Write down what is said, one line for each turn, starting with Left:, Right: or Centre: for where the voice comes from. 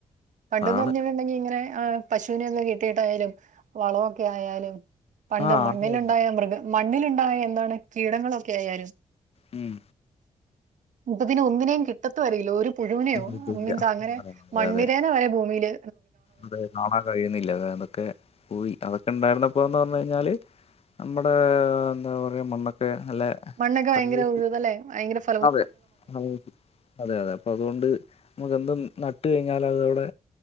Right: പണ്ടെന്ന്
Left: ആണ്
Right: പറഞ്ഞിട്ടുണ്ടെങ്കി ഇങ്ങനെ ആാ പശ് അ ന്യൊക്കെ കെട്ടിയിട്ടായാലും വളൊ ക്കെ ആയാലും പണ്ട്
Left: ആഹ്
Right: മണ്ണിലോണ്ടായ
Left: അതെ
Right: മൃഗ മണ്ണില് ഇണ്ടായ എന്താണ് കീടങ്ങളൊക്കെ ആയാലും
Left: ഉം
Right: ഇപ്പം പിന്നെ ഒന്നിനേയും കിട്ടാ റില്ലോ ഒര് പുഴുവിനെയോ
Left: ഇല്ല
Right: മീൻസ് അങ്ങനെ
Left: അതെ
Right: മണ്ണിരേനെ
Left: അതെ
Right: വെരെ ഭൂമില്
Left: അതെ കാണാൻ കഴിയുന്നില്ല അതൊക്കെ പോയി അതാ ഒക്ക ഇണ്ടായിരുന്നപ്പോ എന്ന് പറഞ്ഞ് കഴിഞ്ഞാല് നമ്മടെ എന്താ പറയാ മണ്ണൊക്കെ നല്ല
Right: മണ്ണൊക്കെ ബയങ്കര
Left: അതെ
Right: ഉഴ്തലാര്ന്ന് ബയങ്കര ഫ്
Left: അതെ <unintelligible> അതെ അതെ അപ്പം അത് കൊണ്ട് <unintelligible> എന്തും നട്ട് കഴിഞ്ഞാല് അത് അവടെ